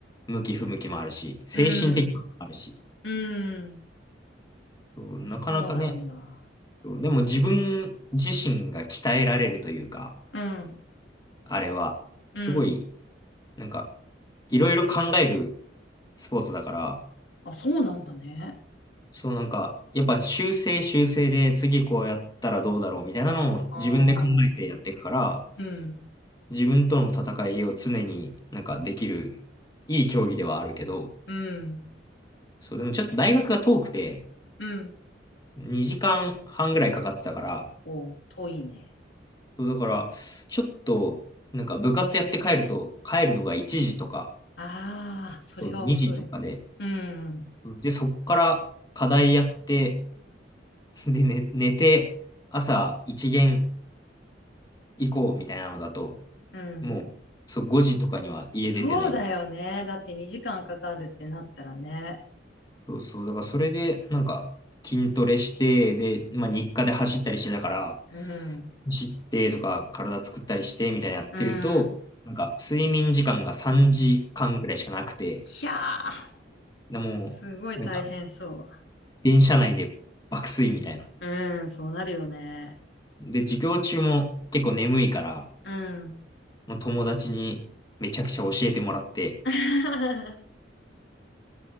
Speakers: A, on the left (about 20°); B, on the left (about 80°).
A: 向き不向きもあるし、精神的なのもあるし、
B: うん、うん、
A: うんなかなかね、
B: そうなんだ。
A: うんでも自分自身が鍛えられるというか、
B: うん、
A: あれは、
B: うん。
A: すごい、なんか、いろいろ考えるスポーツだから、
B: あ、そうなんだね。
A: そうなんか、やっぱ修正修正で次こうやったらどうだろうみたいなのを自分で考えてやっていくから、
B: あー、うん、
A: 自分との戦いを常になんかできるいい競技ではあるけど、
B: うん、
A: そう、でもちょっと大学が遠くて、
B: うん。
A: 2時間半ぐらいかかってたから、
B: おう、遠いね。
A: そうだから、ちょっと、なんか部活やって帰ると、帰るのが1時とか、
B: ああ、それは遅い。
A: 2時とかで、
B: うん、
A: で、そっから課題やって、で、ね、寝て、朝一限行こうみたいなのだと、
B: うん。
A: もう、そう、5時とかには家出てないと。
B: そうだよね。だって2時間かかるってなったらね。
A: そうそう、だからそれで、なんか、筋トレして、で、まあ日課で走ったりしてたから、
B: うん、
A: 走ってとか体作ったりしてみたいなやってると、
B: うん。
A: なんか睡眠時間が3時間ぐらいしかなくて、
B: ひゃー、
A: でもう、
B: すごい大変そ
A: なんか電車内で爆睡みたいな。
B: う。うん、そうなるよね。
A: で、授業中も結構眠いから、
B: うん。
A: もう友達にめちゃくちゃ教えてもらって、
B: <laughs>